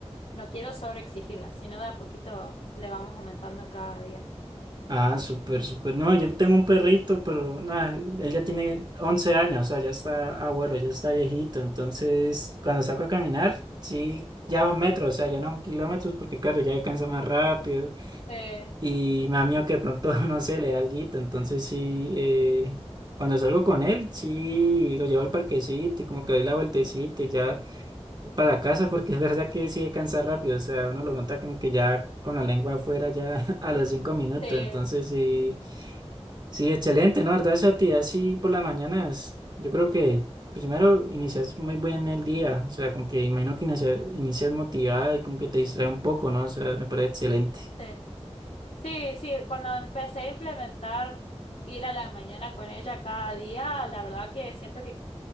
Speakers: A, on the left; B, on the right.
A: no quiero sobreexigirla, sino de a poquito le vamos aumentando cada día.
B: Ah, súper, súper. No, yo tengo un perrito, pero nada, él ya tiene 11 años, o sea, ya está abuelo, ya está viejito. Entonces, cuando saco a caminar, sí, ya un metro, o sea, ya no kilómetros, porque claro, ya cansa más rápido.
A: Sí,
B: Y me da miedo que de pronto, <laughs> no sé, le da alguito. Entonces, sí, eh, cuando salgo con él, sí, lo llevo al parquecito y como que le doy la vueltecita y ya para la casa, porque es verdad que sí cansa rápido, o sea, uno lo nota como que ya con la lengua afuera, ya <laughs> a los 5 minutos.
A: sí,
B: Entonces, sí. Sí, excelente, ¿no? La verdad, esa actividad así por las mañanas, yo creo que primero inicias muy bien el día, o sea, como que imagino que inicia- inicias motivada y como que te distrae un poco, ¿no? O sea, me parece excelente.
A: sí. Sí, sí, cuando empecé a implementar ir a la mañana con ella cada día, la verdad que siento que,